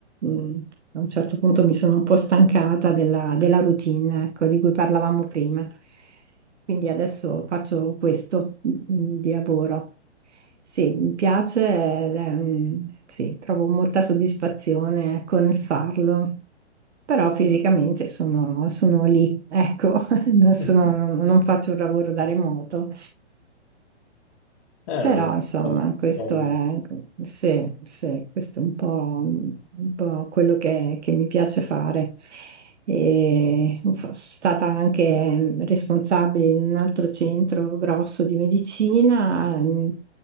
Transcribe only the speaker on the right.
Mm, A un certo punto mi sono un po' stancata della, della routine, ecco, di cui parlavamo prima. Quindi adesso faccio questo mm, di lavoro. Sì, mi piace, ed, ehm, sì, trovo molta soddisfazione con il farlo, però fisicamente sono, sono lì, ecco, <laughs> non sono-
non faccio un lavoro da remoto.
Però,
insomma,
questo
è, sì, sì, questo è un po', un po' quello che, che mi piace fare. E sono stata anche responsabile in un altro centro grosso di medicina, ehm,